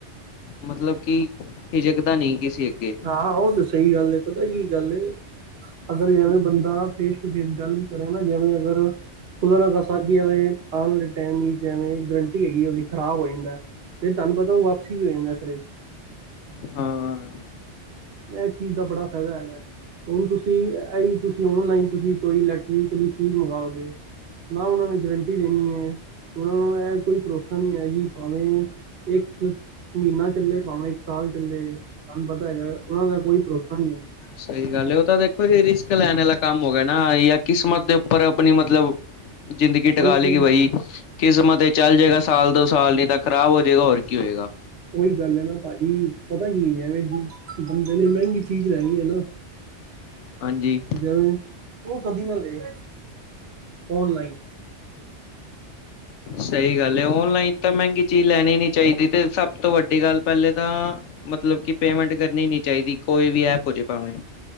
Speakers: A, on the left; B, on the right.
A: ਮਤਲਬ ਕਿ, ਹਿਜਕਦਾ ਨਹੀਂ ਕਿਸੇ ਅੱਗੇ।
B: ਹਾਂ, ਉਹ ਤੇ ਸਹੀ ਗੱਲ ਹੈ। ਪਤਾ ਕੀ ਗੱਲ ਅਗਰ, ਜਿਵੇਂ ਬੰਦਾ ਫੇਸ ਟੂ ਫੇਸ ਗੱਲ ਵੀ ਕਰੇ ਨਾ। ਜਿਵੇਂ ਅਗਰ ਖੁਦਾ ਨਾ ਕਰਦਾ, ਆਉਣ ਵਾਲੇ ਟਾਈਮ ਜਿਵੇਂ ਗਰੰਟੀ ਹੈਗੀ, ਉਹਦੀ ਖ਼ਰਾਬ ਹੋ ਜਾਂਦਾ। ਫਿਰ ਤੁਹਾਨੂੰ ਪਤਾ ਉਹ ਵਾਪਸੀ ਵੀ ਹੋ ਜਾਂਦਾ ਏਹਤਰਾ।
A: ਹਾਂ
B: ਇਹ ਚੀਜ਼ ਦਾ ਬੜਾ ਫਾਇਦਾ ਹੈਗਾ, ਹੁਣ ਤੁਸੀਂ ਇ ਤੁਸੀਂ ਓਨਲਾਈਨ ਤੁਸੀਂ ਕੋਈ ਇਲੈਕਟ੍ਰਲੀ ਚੀਜ਼ ਮੰਗਓਗੇ। ਨਾ ਉਹਨਾਂ ਨੇ ਗਰੰਟੀ ਦੇਣੀ ਹੈ। ਉਹਨਾਂ ਨੂੰ ਇਹ ਕੋਈ ਭਰੋਸਾ ਨਹੀ ਹੈਗੀ ਭਾਵੇਂ, ਇੱਕ ਮਹੀਨਾ ਚੱਲੇ ਭਾਵੇਂ ਇੱਕ ਸਾਲ ਚੱਲੇ, ਸਹਾਨੂੰ ਪਤਾ ਹੈਗਾ। ਉਹਨਾਂ ਦਾ ਕੋਈ ਭਰੋਸਾ ਨਹੀਂ ਹੈ।
A: ਸਹੀ ਗੱਲ ਹੈ। ਉਹ ਤਾਂ ਦੇਖੋ ਜੀ ਰਿਸਕ ਲੈਣ ਵਾਲਾ ਕੰਮ ਹੋ ਗਿਆ ਨਾ, ਜਾਂ ਕਿਸਮਤ ਦੇ ਉੱਪਰ ਆਪਣੀ ਮਤਲਬ ਜ਼ਿੰਦਗੀ ਟਕਾ
B: ਉਹੀ
A: ਲਗੀ
B: ਤੇ
A: ਬਈ। ਕਿਸਮਤ ਚੱਲ ਜਾਏਗਾ, ਸਾਲ ਦੋ ਸਾਲ ਨੀ ਤਾਂ ਖ਼ਰਾਬ ਹੋ ਜਾਏਗਾ। ਹੋਰ ਕੀ ਹੋਏਗਾ
B: ਉਹੀ ਗੱਲ ਹੈ ਨਾ ਭਾਜੀ, ਪਤਾ ਕੀ ਨਹੀਂ ਐਵੇਂ ਬੰਦੇ ਨੇ ਮਹਿੰਗੀ ਚੀਜ਼ ਲੈਣੀ ਹੈ। ਨਾ
A: ਹਾਂਜੀ
B: ਜਵੇ, ਉਹ ਕਦੀ ਨਾ ਲਏ, ਓਨਲਾਈਨ।
A: ਸਹੀ ਗੱਲ ਹੈ। ਓਨਲਾਈਨ ਤਾਂ ਮਹਿੰਗੀ ਚੀਜ਼ ਲੈਣੀ ਨੀ ਚਾਹੀਦੀ, ਤੇ ਸਭ ਤੋਂ ਵੱਡੀ ਸਾਡੀ ਗੱਲ ਪਹਿਲੇ ਤਾਂ, ਮਤਲਬ ਕਿ ਪੇਮੈਂਟ ਕਰਨੀ ਨੀ ਚਾਹੀਦੀ। ਕੋਈ ਵੀ ਐਪ ਹੋ ਜਾਏ ਭਾਵੇਂ,